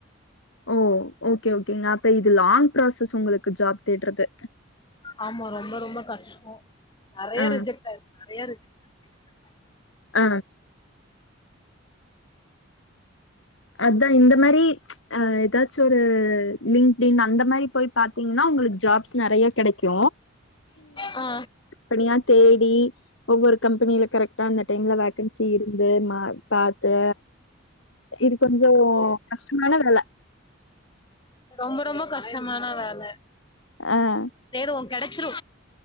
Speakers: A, on the left; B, on the left.
A: ஓ ஓகே ஓகேங்க அப்ப இது லாங் ப்ராசஸ் உங்களுக்கு ஜாப் தேட்றது
B: ஆமா ரொம்ப ரொம்ப கஷ்டோ நெறைய
A: ஆ
B: ரிஜெக்ட் ஆய்ரு நெறைய ரிஜக்ட் <unintelligible>
A: அ அதா இந்த மாரி அ ஏதாச்சு ஒரு லிங்டின் அந்த மாரி போய் பாத்தீங்கன்னா உங்களுக்கு ஜாப்ஸ் நெறைய கிடைக்கு
B: ஆ
A: தனியா தேடி ஒவ்வொரு கம்பெனில கரெக்டா அந்த டைம்ல வக்கன்சி இருந்து மா பாத்து இது கொஞ்சோ கஷ்டமான வேல
B: ரொம்ப ரொம்ப கஷ்டமான வேல
A: அ
B: தேடுவோ கடச்சிரு